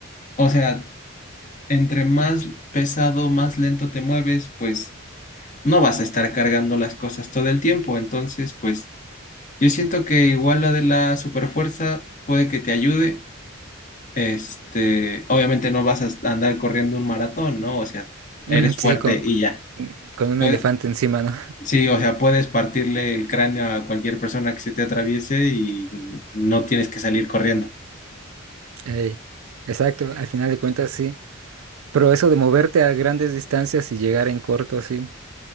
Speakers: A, on the left; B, on the right.
A: o sea, entre más pesado, más lento te mueves, pues no vas a estar cargando las cosas todo el tiempo. Entonces, pues Yo siento que igual lo de la superfuerza puede que te ayude. Este, obviamente no vas a andar corriendo un maratón, ¿no? O sea, eres
B: Mm, Sí,
A: fuerte
B: con,
A: y ya.
B: con un
A: Pues,
B: elefante encima, ¿no?
A: sí, o sea, puedes partirle el cráneo a cualquier persona que se te atraviese y no tienes que salir corriendo.
B: Ey, exacto, al final de cuentas sí. Pero eso de moverte a grandes distancias y llegar en corto, sí.